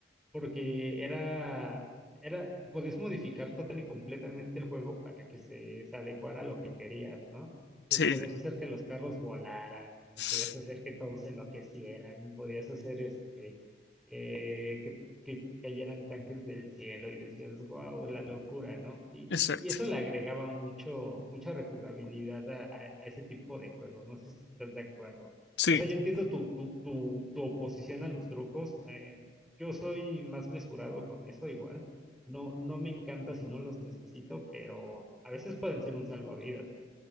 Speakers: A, in the centre; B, on the left (about 70°).
A: porque era, era, podías modificar total y completamente el juego para que se, se adecuara a lo que querías, ¿no? Entonces
B: Sí,
A: podías hacer que los carros volaran,
B: sí.
A: podías hacer que todos enloquecieran, podías hacer este, eh, que, que cayeran tanques del cielo y decías, wow, la locura, ¿no? Y,
B: Exacto.
A: y, y eso le agregaba mucho, mucha rejugabilidad a, a- a ese tipo de juegos, no sé si estás de acuerdo.
B: Sí.
A: O sea, yo entiendo tu, tu, tu, tu oposición a los trucos, eh, yo soy más mesurado con eso igual. No, no me encanta si no los necesito, pero a veces pueden ser un salvavidas.